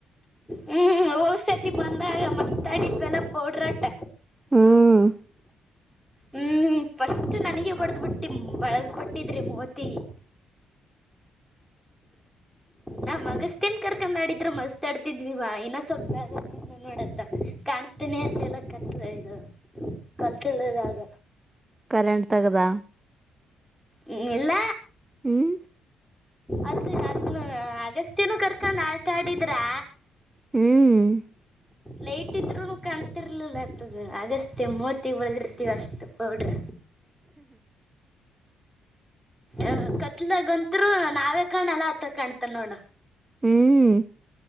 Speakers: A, in the centre; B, on the right.
A: ಹ್ಮ್ ಹೋರ್ಸತಿ ಬಂದಾಗ ಮಸ್ತ್ ಆಡಿದ್ವಿಲ್ಲ ಪೌಡ್ರ ಅಟ್ಟ.
B: ಹ್ಮ್
A: ಹ್ಮ್. ಫಸ್ಟ್ ನನಗೆ ಬಡದ್ ಬಿಟ್ಟಿ ಬಳದ್ ಬಿಟ್ಟಿದ್ರಿ ಮೋತಿಗಿ.
B: <inaudible>
A: ನಮ್ ಅಗಸ್ತ್ಯನ್ ಕರ್ಕೊಂಡ್ ಆಡಿದ್ರರು ಮಸ್ತ್ ಆಡ್ತಿದ್ವಿ ವಾ ಇನ್ನ ಸ್ವಲ್ಪಿ ಬ್ಯಾರೆದ ಏನ. <unintelligible> ನೋಡತ್ತ ಕಾಣಸ್ತೀನಿ ಇರ್ಲಿಲ್ಲ ಕತ್ತ ಇದು ಕತ್ತುಲ್ ದಾಗ.
B: ಕರೆಂಟ್ ತಗದಾ.
A: ಹ್ಮ್ ಇಲ್ಲ.
B: ಹ್ಮ.
A: ಅದ ಅದನ್ನು ಅಗಸ್ತ್ಯನ ಕರ್ಕೊಂಡ ಆಟ ಆಡಿದ್ರಾ.
B: ಹ್ಮ್.
A: ಲೈಟ್ ಇದ್ರು ಕಾಣ್ತಿರ್ಲಿಲ್ಲ ಹಂತದು ಅಗಸ್ತ್ಯ ಮೋತಿಗ ಬೆಳದಿರ್ತೀವಿ ಅಷ್ಟ ಪೌಡ್ರ. ಅ ಕತ್ತಲಾಗ ಅಂತ್ರು ನಾವೇ ಕಾಣಲ್ಲ ಆತ ಕಾಣ್ತನ್ ನೋಡ.
B: ಹ್ಮ್.